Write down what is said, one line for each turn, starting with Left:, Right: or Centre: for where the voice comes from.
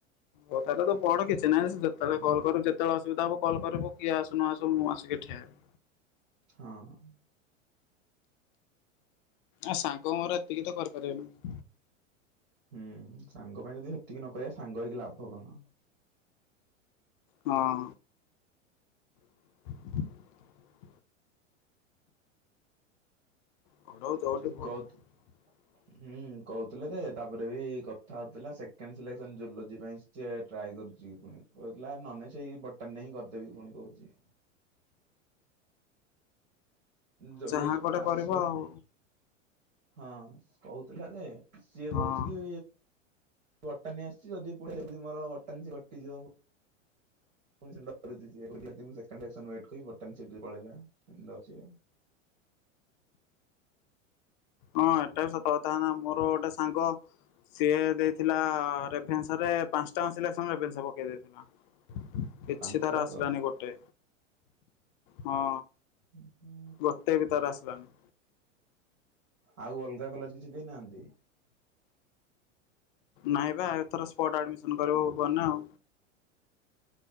Left: ହଠାତ ତୁ ପଢ଼ କିଛି ନାହିଁ ଯେତେବେଳେ କଲ୍ କରିବୁ ଯେତେବେଳେ ଅସୁବିଧା ହବ କଲ୍ କରିବୁ, କିଏ ଆସୁ ନଆସୁ ମୁଁ ଆସିକି ଠିଆ ହେବି।
Right: ହଁ।
Left: ଆ ସାଙ୍ଗ ମୋର ଏତିକି ତ କରି ପାରିବେନା।
Right: ହୁଁ ସାଙ୍ଗ ପାଇଁ ଯଦି ହେତିକି ନ କରିବା ସାଙ୍ଗ ହେଇକି ଲାଭ କଣ?
Left: ହଁ। <inaudible> ହଁ ପଢୁ ଯୋଉଠି
Right: ହୁ କହୁତି
Left: <inaudible>
Right: ହୁଁ କହୁଥିଲେ ଯେ ତାପରେ ବି କଥା ହଉଥିଲା ସେକେଣ୍ଡ ସିଲେକ୍ସନ ଜୁଲୋଜି ପାଇଁ ସେ ଟ୍ରାଏ କରୁଛି, ପୁଣି କହୁଥିଲା ନହନେଇ ସେଇ ବର୍ଟାନି ରେ ହିଁ କରିଦେବି ପୁଣି କହୁଛି। ଜୁଲୋଜି
Left: ଯାହା
Right: ରେ
Left: ଗୋଟେ
Right: ଆସିବ
Left: କରିବ
Right: କି
Left: ଆଉ
Right: ନାହିଁ? ହଁ କହୁଥିଲା ଯେ ସିଏ
Left: ହଁ।
Right: କହୁଛି କି ବଟାନୀ ଆସିଛି ଯଦି ପଢେଇ ସି ମର ବଟାନୀ ସେ କଟିଯିବ। ପୁଣି ସେ ଡରୁଚି ସିଏ ମୋତେ କହିଲା କି ମୁଁ ସେକେଣ୍ଡ ରିୟା ସନକୁ ୱେଟ କରିବି, ବଟାନୀ ସିଟ ବି ପଳେଇଲା। ଡରୁଚି
Left: ହଁ ଏଟା ବି ସତ କଥା ନା ମୋର ଗୋଟେ ସାଙ୍ଗ ସିଏ ଦେଇଥିଲା ରେଭେନ୍ସା ରେ ପାଞ୍ଚଟାଆଙ୍କ ସିଲେକ୍ସନ ରେଭେନ୍ସା ପକେଇ ଦେଇଥିଲା। କିଛି
Right: ପାଞ୍ଚଟା
Left: ତାର
Right: ଯାକ
Left: ଆସିଲାନି ଗୋଟେ ହଁ
Right: ହୁଁ
Left: ଗୋଟେ ବି ତାର ଆସିଲାଣି।
Right: ଆଉ ଅଲଗା କଲେଜ କିଛି ଦେଇନାହାନ୍ତି।
Left: ନାଇଁ ବା ଏଥର ସ୍ପଟ ଆଡମିସନ କରିବୁ ଭୁବନେ ଆଉ